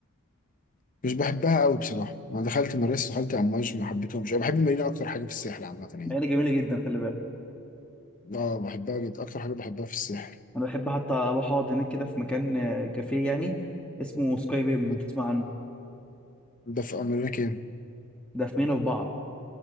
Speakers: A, on the left (about 35°); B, in the centre.
A: مش بحبها قوي بصراحه انا دخلت مراسي دخلت امواج ما حبيتهمش انا بحب المارينا اكتر حاجه في الساحل عامه يعني
B: مارينا جميلة جدا خلي بالك
A: اه بحبها جدا اكتر حاجه بحبها في الساحل
B: انا بحب حتى اروح اقعد هناك كده في مكان آه، كافيه يعني اسمه سكاي ريم
A: مم.
B: بتسمع عنه
A: ده في امريكا كام
B: ده في مارينا أربعة